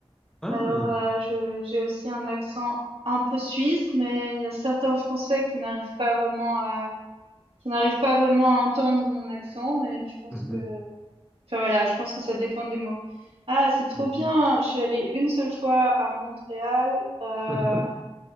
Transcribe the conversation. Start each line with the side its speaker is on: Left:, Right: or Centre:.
Centre: Ah!
Right: Alors, heu, je j'ai aussi un accent un peu suisse, mais il y a certains Français qui n'arrivent pas vraiment à qui n'arrivent pas vraiment à entendre mon accent, mais je pense
Centre: Mhm,
Right: que enfin, voilà, je pense que ça dépend des mots. Ah, c'est trop
Centre: mhm,
Right: bien! Je suis allée une seule fois à Montréal, heu,
Centre: mhm.